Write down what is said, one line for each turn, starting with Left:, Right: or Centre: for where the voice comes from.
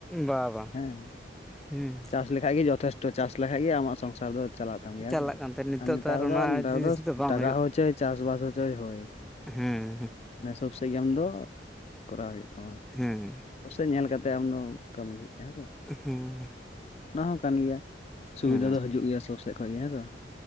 Centre: ᱵᱟ ᱵᱟᱝ
Left: ᱦᱮᱸ
Centre: ᱦᱩᱸ
Left: ᱪᱟᱥ ᱞᱮᱠᱷᱟᱡ ᱜᱮ ᱡᱚᱛᱛᱷᱚᱥᱴᱚ ᱪᱟᱥ ᱞᱮᱠᱷᱟᱡ ᱜᱮ ᱟᱢᱟᱜ ᱥᱚᱝᱥᱟᱨ ᱫᱚ ᱪᱟᱞᱟᱜ ᱛᱟᱢ ᱜᱮᱭᱟ
Centre: ᱪᱟᱞᱟᱜ
Left: ᱛᱚ
Centre: ᱠᱟᱱ ᱛᱟᱦᱮᱸᱫ ᱱᱤᱛᱚᱜ
Left: ᱟᱨ ᱱᱮᱛᱟᱨ
Centre: ᱚᱱᱟ
Left: ᱫᱚ ᱱᱮᱛᱟᱨ
Centre: ᱡᱤᱱᱤᱥ
Left: ᱫᱚ
Centre: ᱵᱟᱝ
Left: ᱴᱟᱠᱟ ᱦᱚᱭᱪᱚᱭ ᱪᱟᱥᱵᱟᱥ ᱦᱚᱪᱚᱭ ᱦᱳᱭ
Centre: ᱦᱩᱸᱻ
Left: ᱢᱟᱱᱮ ᱥᱚᱵᱽ ᱥᱟᱺᱦᱤᱡ ᱟᱢ ᱫᱚ ᱠᱚᱨᱟᱣ ᱦᱩᱭᱩᱜ ᱛᱟᱢᱟ
Centre: ᱦᱩᱸ
Left: ᱥᱮ ᱧᱮᱞ ᱠᱟᱛᱮ ᱟᱢ ᱫᱚ ᱠᱟᱹᱢᱤ ᱦᱩᱭᱩᱜ ᱛᱟᱢᱟ ᱦᱮᱸᱥᱮ
Centre: ᱦᱩᱸ
Left: ᱚᱱᱟ ᱦᱚᱸ ᱠᱟᱱ ᱜᱮᱭᱟ ᱥᱩᱵᱤᱫᱷᱟ
Centre: ᱦᱩᱸ
Left: ᱫᱚ ᱦᱤᱡᱩᱜ ᱜᱮᱭᱟ ᱥᱩᱨ ᱥᱮᱫ ᱠᱷᱚᱡ ᱜᱮ ᱦᱮᱸ ᱥᱮ